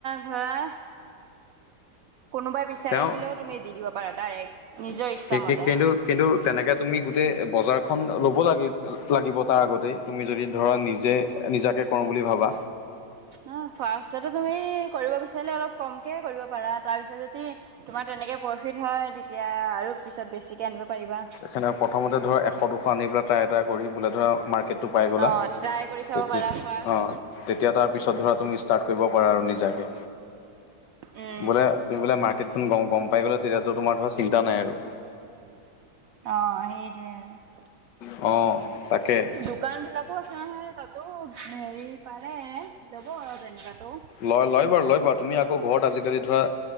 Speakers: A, on the right (about 75°); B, on the left (about 75°).
A: ধৰা কোনোবাই বিচাৰি
B: তেওঁ
A: আহিলেও তুমি দি দিব পাৰা ডাইৰেক্ট। নিজৰ ইচ্ছামতে
B: কে কে কিন্তু কিন্তু তেনেকে তুমি গোটেই বজাৰখন ল'ব লাগি লাগিব তাৰ আগতেই। তুমি যদি ধৰা নিজে নিজাকে কৰোঁ বুলি ভাবা।
A: ন খৰচাটো তুমি কৰিব বিচাৰিলে অলপ কমকে কৰিব পাৰা, তাৰপিছত যদি তোমাৰ তেনেকে প্ৰফিট হয় তেতিয়া আৰু পিছত বেছিকে আনিব পাৰিবা।
B: সেনে প্ৰথমতে ধৰ এশ দুশ আনি পেলাই ট্ৰাই এটা কৰি বোলে ধৰা মাৰ্কেট টোপাই গ'লা,
A: অ ট্ৰাই কৰি চাব
B: খেতিত
A: পাৰা ফাৰ্ষ্ট
B: অঁ। তেতিয়া তাৰ পিছত ধৰা তুমি ষ্টাৰ্ট কৰিব পাৰা আৰু নিজাকে।
A: উম
B: বোলে তুমি বোলে মাৰ্কেটখন গম গম পাই গ'লা তেতিয়াটো তোমৰ ধৰা চিন্তা নাই আৰু।
A: অঁ সেইটোৱে আৰু।
B: অঁ। তাকে
A: দোকানবিলাকো আছে নহয় তাতো হেৰি পালে ল'ব আৰু তেনেকাতো।
B: লয় লয় বাৰু লয় বাৰু। তুমি আকৌ ঘৰত আজিকালি ধৰা